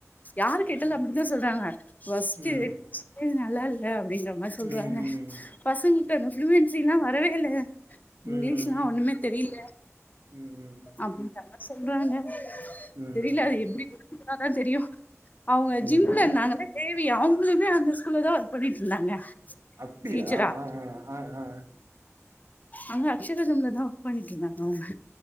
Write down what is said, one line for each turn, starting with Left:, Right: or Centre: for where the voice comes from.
Left: யாரு கேட்டாலு
Right: ம்.
Left: அப்படி தா சொல்றாங்க ஃவொஸ்ட்டு
Right: ம்.
Left: சிக்கன் நல்லா இல்ல அப்டிங்கற மாரி சொல்றாங்க
Right: ம். ம்.
Left: பசங்க கு அந்த ப்ளுயன்சில்லா வரவே இல்லய இங்லீஷ்லா
Right: ம்.
Left: ஆனா ஒண்ணுமே தெரில
Right: ம்.
Left: அப்டிங்கிற மாரி சொல்றாங்க
Right: ம்.
Left: தெரில அது எப்டி <unintelligible> தான் தெரியு அவங்க ஜிம்ல
Right: ம்.
Left: இருந்தாங்கல்ல தேவி அவங்களுமே அந்த ஸ்கூல்ல தா ஒர்க் பண்ணிட்டு இருந்தாங்க
Right: அப்டியா
Left: டீச்சரா
Right: ஆ ஆ ஆ ஆ
Left: அங்க அக்ஷலா தா ஒர்க் பண்ணிட்டு இருந்தாங்க அவங்க